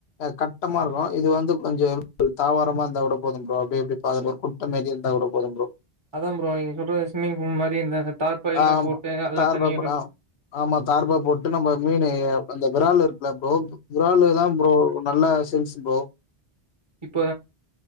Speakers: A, on the left (about 80°); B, on the right (about 30°).
A: கட்டமா இருக்கும் இது வந்து கொஞ்சம் தாவாரமா இருந்தா கூட போதும் ப்ரோ அப்ப எப்படி பா குட்டமாறி இருந்தா கூட போதும் ப்ரோ
B: அதான் ப்ரோ நீங்க சொல்ற ஸ்விம்மிங் பூல் மாரி இந்த தார்பாய்ல்லா
A: ஆ ஆமா
B: போட்டு அதுல
A: தார்பா
B: தண்ணி
A: போட ஆமா தார்பா போட்டு நம்ம மீன் அந்த விரால் இருக்கல அரோ விரால தான் ப்ரோ நல்லா சின்ஸ் போ
B: இப்போ